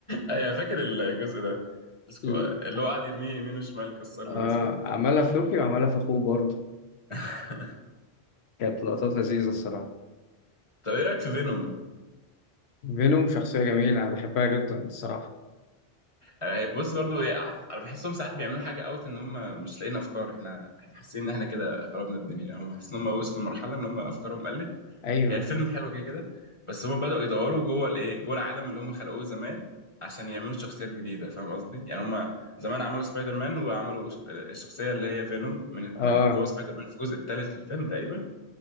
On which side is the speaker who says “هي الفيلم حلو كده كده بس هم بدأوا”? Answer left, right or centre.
Left